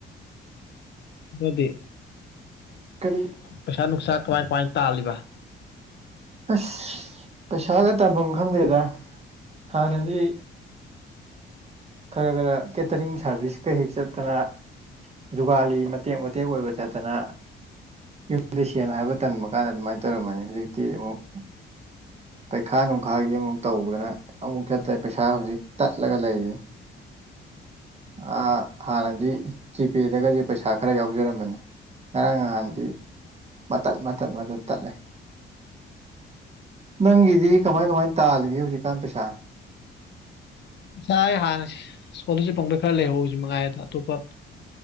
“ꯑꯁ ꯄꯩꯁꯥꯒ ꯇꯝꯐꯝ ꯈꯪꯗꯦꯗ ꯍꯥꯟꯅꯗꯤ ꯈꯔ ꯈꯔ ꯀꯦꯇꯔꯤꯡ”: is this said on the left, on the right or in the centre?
Right